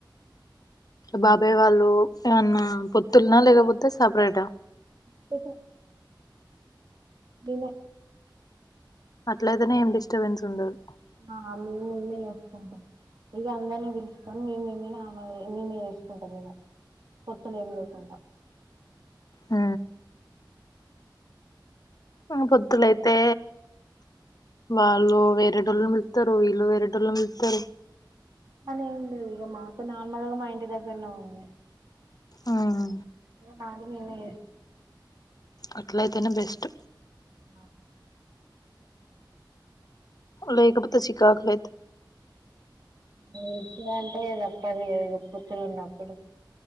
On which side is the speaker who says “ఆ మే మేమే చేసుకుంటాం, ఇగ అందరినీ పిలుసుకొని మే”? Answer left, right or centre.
Right